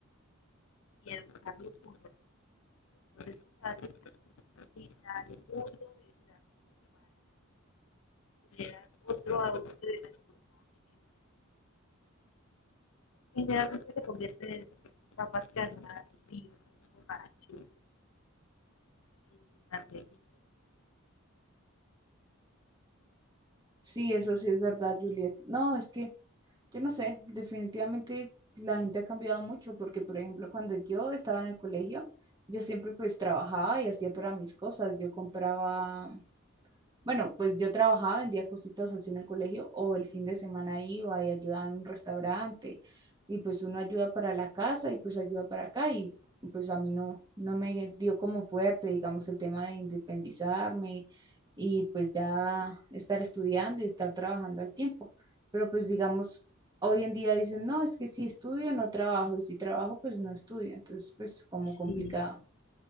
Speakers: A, on the left (about 70°); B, on the right (about 20°).
A: y educarlos como los responsables de la vida, el mundo, estar como para tener a otro adulto y responsable que Generalmente se convierten en papás que ayudan a sus hijos, borrachos, y mantenidos.
B: Sí, eso sí es verdad, Juliet. No, es que yo no sé, definitivamente la gente ha cambiado mucho porque, por ejemplo, cuando yo estaba en el colegio, yo siempre pues trabajaba y hacía para mis cosas. Yo compraba Bueno, pues yo trabajaba, vendía cositas así en el colegio o el fin de semana iba y ayudaba en un restaurante y pues uno ayuda para la casa y pues ayuda para acá y y, pues a mí no, no me dio como fuerte, digamos, el tema de independizarme y pues ya estar estudiando y estar trabajando al tiempo. Pero pues digamos, hoy en día dicen, no, es que si estudio no trabajo y si trabajo pues no estudio. Entonces pues como
A: Sí,
B: complicado,